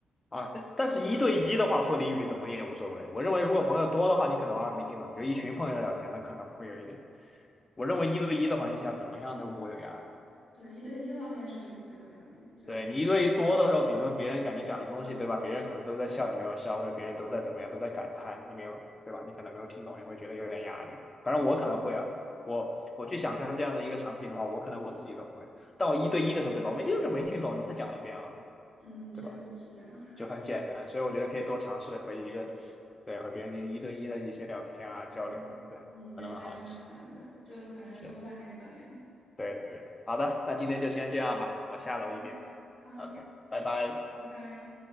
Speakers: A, on the left; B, on the left.
A: 啊，但但是一对一的话，说俚语怎么也无所谓。我认为如果朋友多的话，你可能偶尔没听懂，比如一群朋友在聊天，那可能会有一点。我认为一对一的环境下，怎么样都不会有压力。
B: 对，一对一的话，现在确实不会有压力，就还挺，
A: 对你一对一多的时候，比如说别人感觉讲的东西，对吧？别人可能都在笑，你没有笑，或者别人都在怎么样，都在感叹，你没有，对吧？你可能没有听懂，你会觉得有点压力。反正我可能会啊，我我去想象这样的一个场景的话，我可能我自己都会。但我一对一的时候，对吧？我没听懂就没听懂，你再讲一遍啊，
B: 嗯，确实是这样。
A: 对吧？
B: <laughs>
A: 就很简单，所以我觉得可以多尝试和一个，对，和别人进行一对一的一些聊天啊，
B: 嗯嗯，
A: 交流，对，可能会好一些。
B: 对，我也这么想的，就反正多锻炼锻炼。
A: 是，对的，对的。好的，那今天就先这样吧，我下楼一遍。
B: 嗯，好，
A: OK，拜拜。
B: 拜拜。